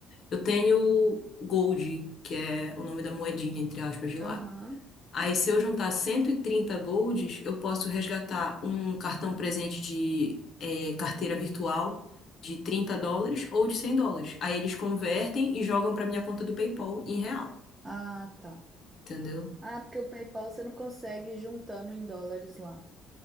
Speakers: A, on the left (about 55°); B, on the right (about 20°).
A: eu tenho Gold, que é o nome da moedinha, entre aspas, de lá.
B: Aham.
A: Aí, se eu juntar 130 golds, eu posso resgatar um cartão presente de eh, carteira virtual de 30 dólares ou de 100 dólares. Aí eles convertem e jogam para minha conta do PayPal em real,
B: Ah, tá.
A: entendeu?
B: Ah, porque o PayPal você não consegue ir juntando em dólares lá.